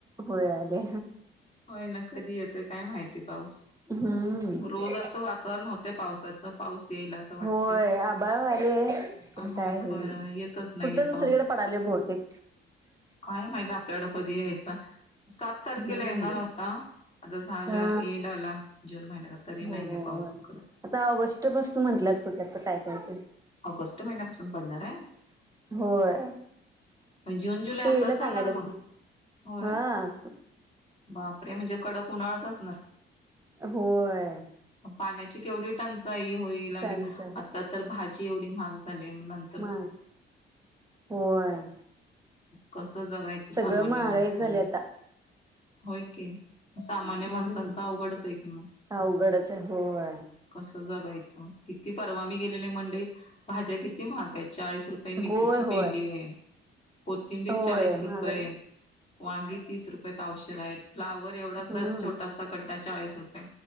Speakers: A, on the right; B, on the left.
A: होय आले
B: होय ना कधी येतोय काय माहिती पाऊस.
A: हम्म
B: रोज असं वातावरण होतंय पावसाच पाऊस येईल असं वाट
A: होय आबाळ व्हायलय खरं
B: होय
A: काय
B: खरं येतच नाहीये
A: कुठतं दुसरीकडे
B: पाऊस.
A: पडालय बहतेक.
B: काय माहिती आपल्याकड कधी यायचा सात तारखेला
A: हम्म
B: येणार होता आता झालं
A: हा
B: एंड आला जून महिन्या नंतर तरी नाहीय
A: हो
B: पाऊस इकडं.
A: आता ऑगस्ट पासून म्हटल्यात बघू आता काय करतोय.
B: ऑगस्ट महिन्यापासून पडणार आहे?
A: होय.
B: जून जुलै
A: टीव्हीला
B: असाच
A: सांगाल्यात
B: जाणार मग
A: की
B: होय.
A: हा.
B: बापरे! म्हणजे कडक उन्हाळाच असणार.
A: होय.
B: अ पाण्याची केवढी टंचाई होईल आणि
A: त्यांच
B: आता तर भाजी एवढी महाग झाली म नं
A: माज होय.
B: कस जगायचं सामान्य
A: सगळं महागाईच
B: माणसाने?
A: झाले आता
B: होय की. सामान्य
A: हम्म
B: माणसांच अवघडच आहे कि मग.
A: अवघडच आहे होय
B: कसं जगायचं किती परवा मी गेलेले मंडईत भाज्या किती महाग हायत चाळीस रुपये मेथीची
A: होय
B: पेंडी
A: होय
B: हाय. कोथिंबीर
A: होय
B: चाळीस रुपये
A: महागच
B: वांगी तीस रुपये पावशर आहेत फ्लावर एवढासा
A: हम्म
B: छोटासा कट्टा चाळीस रुपये.